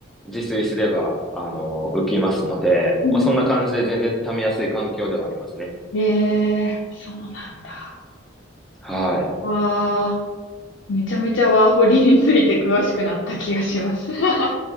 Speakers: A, in the centre; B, on the left.
A: 自炊すれば、あの、浮きますので、
B: うん
A: まあ、そんな感じで全然貯めやすい環境ではありますね。
B: へえ、そうなんだ。
A: はい。
B: ああ。めちゃめちゃワーホリについて詳しくなった気がします。<laughs>